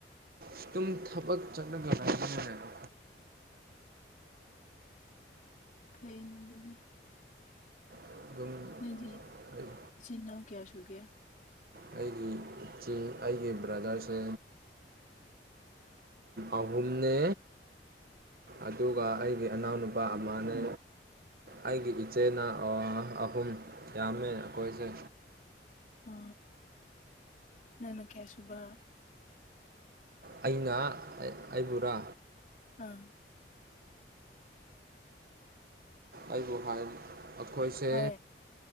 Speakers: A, on the right (about 55°); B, on the left (about 45°).
A: ꯑꯗꯨꯝ ꯊꯕꯛ ꯆꯠꯅꯒꯅꯤꯅꯦꯕ
B: ꯀꯩꯅꯦ ꯑꯗꯨꯗꯤ
A: ꯑꯗꯨꯝ
B: ꯅꯗꯤ
A: ꯑꯩ
B: ꯁꯤꯟꯅ ꯀꯌꯥꯁꯨꯨꯒꯦ
A: ꯑꯩꯒꯤ ꯏꯆꯦ ꯑꯩꯒꯤ ꯕ꯭ꯔꯗꯔꯁꯦ ꯑꯍꯨꯝꯅ ꯑꯗꯨꯒ ꯑꯩꯒꯤ ꯏꯅꯥꯎꯅꯨꯄꯥ ꯑꯃꯅꯦ ꯑꯩꯒꯤ ꯏꯆꯦꯅ ꯑꯍꯨꯝ ꯌꯥꯝꯃꯦ ꯑꯩꯈꯣꯏꯁꯦ
B: ꯎ ꯅꯅ ꯀꯦꯌꯥꯁꯨꯕ
A: ꯑꯩꯅ ꯑꯩꯕꯨꯔꯥ
B: ꯑꯥ
A: ꯑꯩꯕꯨ ꯍꯥꯏ ꯑꯩꯈꯣꯏꯁꯦ
B: ꯍꯣꯏ